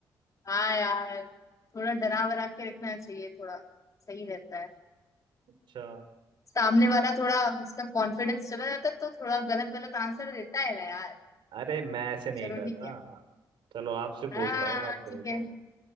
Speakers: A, on the left; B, on the right.
A: हाँ यार थोड़ा डरा वरा के रखना चाहिए थोड़ा सही रहता है
B: अच्छा
A: सामने वाला थोड़ा उसका कॉन्फिडेंस चला जाता है तो थोड़ा गलत गलत आंसर देता है ना यार
B: अरे मैं ऐसे नहीं
A: चलो
B: डरता
A: ठीक है
B: चलो आपसे
A: हाँ
B: पूछता हूँ आप देखो
A: ठीक है